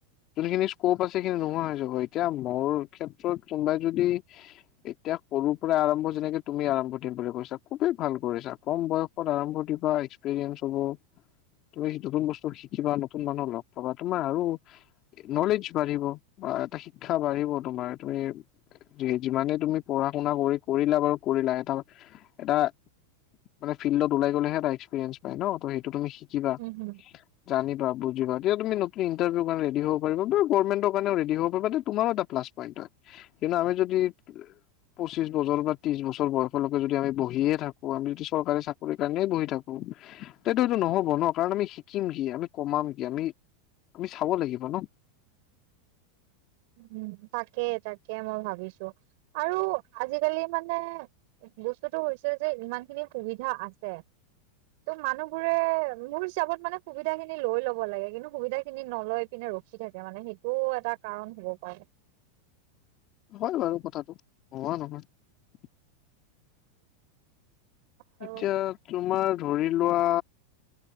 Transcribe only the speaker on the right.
উম হম
<inaudible> উম তাকেই তাকে মই ভাবিছো আৰু আজিকালি মানে বস্তুতো হৈছে যে ইমান খিনি সুবিধা আছে ত' মানুহবোৰে মোৰ হিচাপত মানে সুবিধা খিনি লৈ লব লাগে কিন্তু সুবিধা খিনি নলৈ পিনে ৰখি থাকে মানে সেইটোও এটা কাৰণ হ'ব পাৰে
আৰু